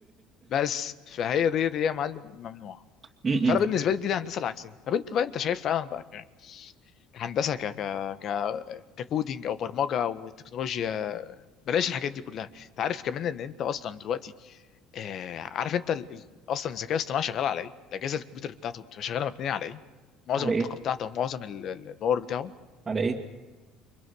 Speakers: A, on the left; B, on the right.
A: بس فهي دي دي يا معلم الممنوعه
B: <laughs> م-م.
A: فانا بالنسبه لي دي الهندسه العكسيه طب انت بقى انت شايف فعلا بقى ك- كهندسه ك ك ك ككودينج او برمجه او تكنولوجيا بلاش الحاجات دي كلها انت عارف كمان ان انت اصلا دلوقتي آه عارف انت ال... ال- اصلا الذكاء الاصطناعي شغال على ايه الاجهزه الكمبيوتر بتاعته بتبقى شغاله مبنيه على ايه معظم
B: على
A: الطاقه
B: ايه
A: بتاعته ومعظم ال- ال- الباور بتاعه
B: على ايه